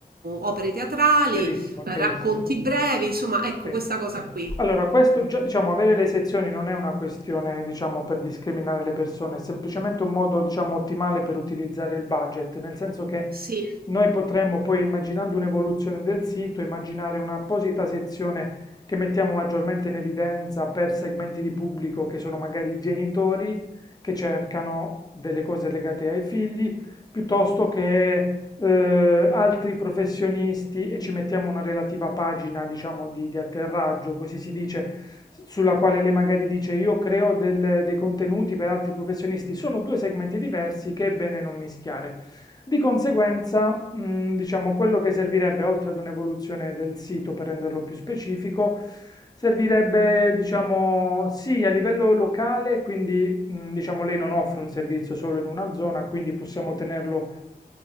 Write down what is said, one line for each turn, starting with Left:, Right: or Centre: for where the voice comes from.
Right: opere teatrali,
Left: chiarissimo,
Right: eh,
Left: chiarissimo.
Right: racconti brevi, insomma, ecco
Left: Sì.
Right: questa cosa qui.
Left: Allora, questo già, diciamo, avere le sezioni non è una questione, diciamo, per discriminare le persone, è semplicemente un modo, diciamo, ottimale per utilizzare il budget, nel senso che
Right: Sì.
Left: Noi potremmo poi, immaginando un'evoluzione del sito, immaginare un'apposita sezione che mettiamo maggiormente in evidenza per segmenti di pubblico che sono magari i genitori che cercano delle cose legate ai figli, piuttosto che eh, altri professionisti e ci mettiamo una relativa pagina, diciamo, di, di atterraggio, così si dice, sulla quale lei magari dice io creo del- dei contenuti per altri professionisti. Sono due segmenti diversi che è bene non mischiare. Di conseguenza, mh, diciamo, quello che servirebbe, oltre ad un'evoluzione del sito per renderlo più specifico, servirebbe, diciamo, sì, a livello locale, quindi, mh, diciamo, lei non offre un servizio solo in una zona, quindi possiamo tenerlo